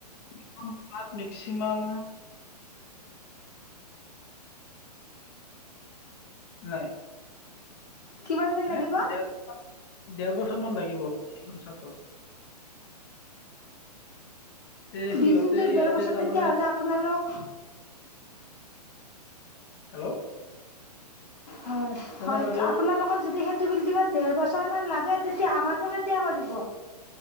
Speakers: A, on the left; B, on the left.
A: <unintelligible> তাত মেক্সিমাম <unintelligible>
B: কিমান দিন
A: <unintelligible>
B: লাগিব
A: ডেৰ ডেৰ বছৰমান লাগিব। ফুল চাডত তে
B: বিল্ডিংটো
A: সিহঁতে ইয়াতে
B: ডেৰ বছৰ
A: তাৰমানে
B: তেতিয়াহ'লে আপোনালোক
A: হেল্ল'।
B: হয়,
A: জানে
B: হয়
A: বাইদেউ
B: আপোনালোক <unintelligible> যদি সেইটো বিল্ডিঙত ডেৰ বছৰ মান লাগে তেতিয়া আমাৰটো কেতিয়া কৰিব?